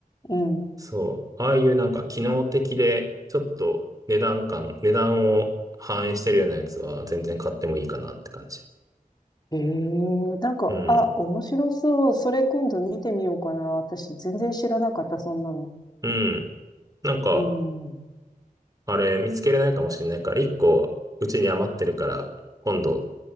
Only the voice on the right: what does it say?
そう。ああいうなんか機能的で、ちょっと値段感、値段を反映してるようなやつは全然買ってもいいかなって感じ。
うん。
うん。なんか、
あれ見つけれないかもしれないから、一個うちに余ってるから、今度